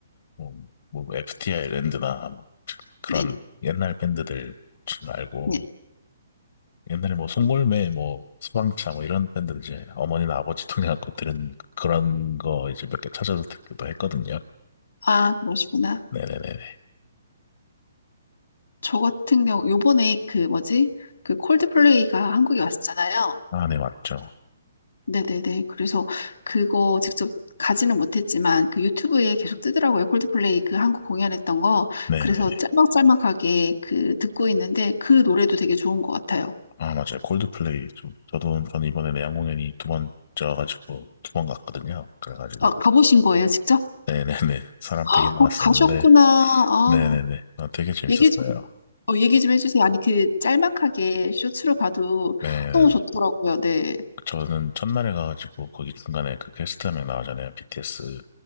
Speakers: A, on the left (about 60°); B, on the left (about 85°).
A: 뭐, 뭐 FTI 랜드나 뭐 그런
B: 네,
A: 옛날 밴드들 줄 알고
B: 네.
A: 옛날에 뭐 송골매 뭐 수방차 뭐 이런 밴드들 이제 어머니나 아버지 통해갖고 들은 그런 거 이제 몇 개 찾아서 듣기도 했거든요.
B: 아, 그러시구나.
A: 네네네네.
B: 저 같은 경우 요번에 그 뭐지? 그 콜드플레이가 한국에 왔었잖아요.
A: 아, 네, 맞죠.
B: 네네네. 그래서 그거 직접 가지는 못했지만 그 유튜브에 계속 뜨더라고요. 콜드플레이 그 한국 공연했던 거.
A: 네네네.
B: 그래서 짤막짤막하게 그 듣고 있는데 그 노래도 되게 좋은 것 같아요.
A: 아, 맞아요. 콜드플레이. 좀, 저도, 저는 이번에 내한 공연이 두 번째여가지고, 두 번 갔거든요. 그래가지고.
B: 아, 가보신 거예요, 직접?
A: 네네네. 사람 되게
B: 아,
A: 많았었는데.
B: 가셨구나. 아,
A: 네네네. 아, 되게 재밌었어요.
B: 얘기 좀, 어, 얘기 좀 해주세요. 아니, 그 짤막하게 쇼츠로 봐도
A: 네네네.
B: 너무 좋더라고요. 네.
A: 저는 첫날에 가가지고 거기 중간에 그 퀘스트 한 명 나오잖아요. BTS.